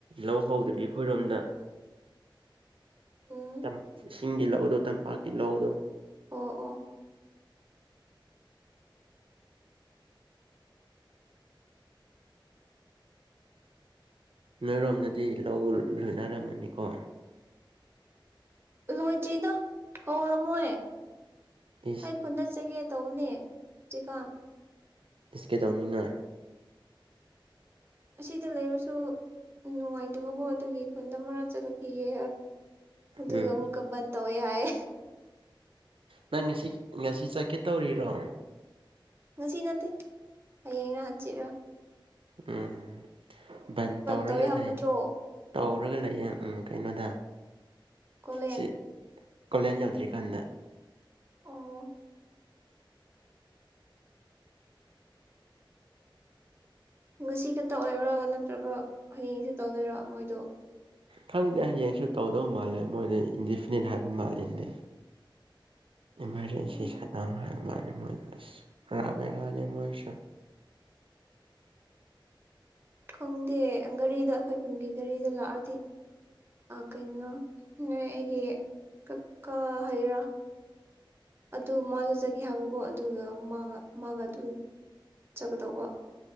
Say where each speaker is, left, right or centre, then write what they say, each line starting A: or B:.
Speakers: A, on the right (about 85°); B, on the right (about 25°).
A: ꯂꯧ ꯍꯧꯗ꯭ꯔꯦ ꯑꯩꯈꯣꯏꯔꯣꯝꯗ
B: ꯎꯝ
A: ꯆꯝ ꯀꯤꯡꯒꯤ ꯂꯧꯗꯣ ꯇꯝꯄꯥꯛꯀꯤ ꯂꯧꯗꯣ
B: ꯑꯣ ꯑꯣ
A: ꯅꯣꯏꯔꯣꯝꯅꯗꯤ ꯂꯧ ꯂꯣꯏꯅꯔꯝꯃꯅꯤꯀꯣ
B: ꯂꯣꯏꯗ꯭ꯔꯤꯗ ꯍꯧꯔꯝꯃꯣꯏ
A: ꯏꯁ
B: ꯑꯩ ꯈꯨꯨꯟ ꯆꯒꯦ ꯇꯧꯕꯅꯦ ꯖꯤꯀꯥꯟ
A: ꯏꯁ ꯀꯦꯗꯧꯅꯤꯡꯉꯥ
B: ꯑꯁꯤꯗ ꯂꯩꯔꯁꯨ ꯅꯨꯡꯉꯥꯏꯇꯕꯀꯣ ꯑꯗꯨꯒꯤ ꯈꯨꯟꯗ ꯑꯃꯔꯛ ꯆꯠꯂꯨꯈꯤꯒꯦ ꯑꯗꯨꯒ
A: ꯎꯝ
B: ꯑꯃꯨꯛꯀꯥ ꯕꯟ ꯇꯧꯋꯦ ꯍꯥꯏꯌꯦ
A: ꯅꯪ ꯉꯁꯤ ꯉꯁꯤ ꯆꯠꯀꯦ ꯇꯧꯔꯤꯔꯣ
B: ꯉꯁꯤ ꯅꯠꯇꯦ ꯍꯌꯦꯡꯔꯥ ꯍꯪꯆꯤꯠ ꯂꯥ
A: ꯎꯝ ꯕꯟ ꯇꯧꯔꯒ
B: ꯇꯧꯋꯦ ꯍꯥꯏꯕ
A: ꯂꯩ
B: ꯅꯠꯇ꯭ꯔꯣ
A: ꯇꯧꯔꯒ ꯂꯩꯌꯦ ꯎꯝ ꯀꯩꯅꯣꯗ
B: ꯀꯣꯂꯦꯟ
A: ꯁꯤ ꯀꯣꯂꯦꯟ ꯌꯥꯎꯗ꯭ꯔꯤꯀꯥꯟꯗ
B: ꯑꯣ ꯉꯁꯤ ꯈꯛꯇ ꯑꯣꯏꯕ꯭ꯔꯥ ꯅꯠꯇ꯭ꯔꯒ ꯍꯌꯦꯡꯁꯦ ꯇꯧꯗꯣꯏꯔꯣ ꯃꯣꯏꯗꯣ
A: ꯈꯪꯗꯦ ꯍꯌꯦꯡꯁꯨ ꯇꯧꯗꯧ ꯃꯥꯜꯂꯦ ꯃꯣꯏꯗ ꯏꯟꯗꯤꯐꯤꯅꯤꯠ ꯍꯥꯏꯕ ꯃꯥꯜꯂꯤꯅꯦ ꯏꯃꯥꯔꯖꯦꯟꯁꯤ
B: ꯎꯝ
A: ꯁꯟꯅꯧ ꯍꯥꯏꯕ ꯃꯥ ꯑꯁ ꯄꯨꯔꯕꯦꯔꯥꯅꯦ ꯃꯣꯏꯁꯦ
B: ꯈꯪꯗꯦ ꯒꯥꯔꯤꯗ ꯑꯩꯈꯣꯏ ꯀꯨꯟꯒꯤ ꯒꯥꯔꯤꯗ ꯂꯥꯛꯑꯗꯤ ꯀꯩꯅꯣ ꯅꯣꯏ ꯑꯩꯒꯤ ꯀꯛꯀꯥ ꯍꯥꯏꯩꯔꯥ ꯑꯗꯨ ꯃꯥꯁꯨ ꯆꯒꯦ ꯍꯥꯏꯕꯀꯣ ꯑꯗꯨꯒ ꯃꯥꯒ ꯑꯗꯨꯝ ꯆꯠꯀꯗꯧꯕ